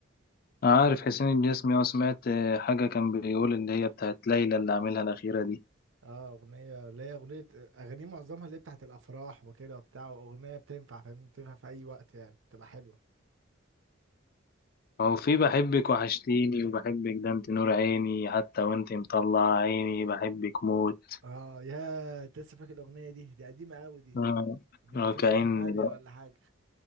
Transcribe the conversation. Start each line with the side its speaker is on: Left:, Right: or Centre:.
Left: عارف حسين الجسمي اه سمعت آه، حاجه كان بيقول اللي هي بتاعت ليلى اللي عاملها الاخيره دي
Right: اه اغنيه اللي هي اغنيه اغانيه معظمها اللي هي بتاعت الافراح وكده وبتاع اغنيه بتنفع فاهمني بتنفع في اي وقت يعني بتبقى حلوه
Left: هو في بحبك وحشتيني وبحبك ده انت نور عيني حتى وانت مطلع عيني بحبك موت
Right: اه يا أنت لسه فاكر الاغنيه دي دي قديمه قوي دي
Left: آه،
Right: من
Left: وكأن
Right: 2008
Left: الو-
Right: ولا حاجه